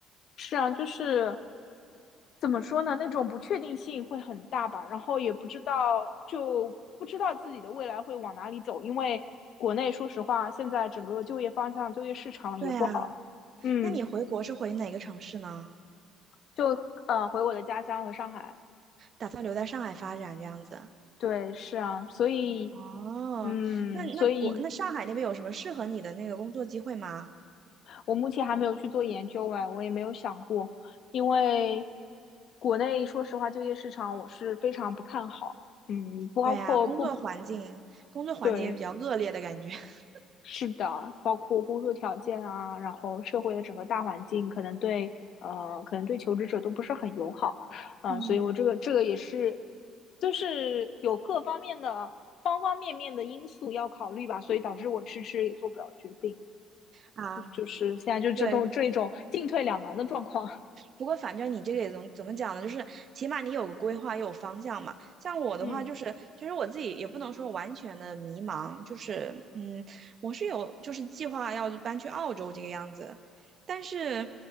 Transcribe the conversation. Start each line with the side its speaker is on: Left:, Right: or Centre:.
Left: 是啊，就是。怎么说呢？那种不确定性会很大吧，然后也不知道，就不知道自己的未来会往哪里走，因为国内说实话，现在整个就业方向、就业市场也不好。
Right: 对啊，
Left: 嗯，
Right: 那你回国是回哪个城市呢？
Left: 就呃回我的家乡，回上海。
Right: 打算留在上海发展这样子？
Left: 对，是啊，所以，
Right: 哦，
Left: 嗯，
Right: 那那国那上海那边有什么适合你的那个工作机会吗？
Left: 所以我目前还没有去做研究哎，我也没有想过，因为国内说实话，就业市场我是非常不看好。嗯，包括不
Right: 对啊，工作环境工作环境也比较恶劣的感觉。
Left: 对，
Right: <laughs>
Left: 是的，包括工作条件啊，然后社会的整个大环境，可能对呃，可能对求职者都不是很友好，嗯、
Right: 嗯
Left: 所以我这个这个也是，就是有各方面的方方面面的因素要考虑吧，所以导致我迟迟也做不了决定，
Right: 啊。
Left: 就是现在就这种这种进退两难的状况。
Right: 对，
Left: <laughs>
Right: 不过反正你这个也怎么怎么讲呢？就是起码你有个规划，也有方向嘛。像我的话，
Left: 嗯
Right: 就是其实我自己也不能说完全的迷茫，就是嗯，我是有就是计划要搬去澳洲这个样子，但是。